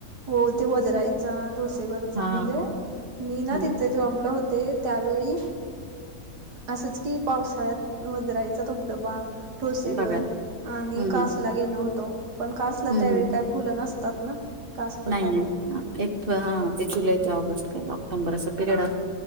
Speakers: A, on the right (about 75°); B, on the right (about 40°).
A: हो ते वजरायचा ठोसेवरचा
B: हा
A: म्हणजे मी ना
B: हम्म
A: तिथे जॉबला होते त्यावेळी असच कि पावसाळ्यात वजरायचा धबधबा ठोसेगर
B: बघायला
A: आणि
B: हम्म
A: कासला
B: हम्म
A: गेलो होतो पण कासला
B: हम्म
A: त्यावेळी
B: हम्म
A: काय खुलं नसतात ना. कास पठारवर
B: नाही नाही हा एक हा ते जुलै का ऑगस्ट काय ऑक्टोंबर असं पिरियड अस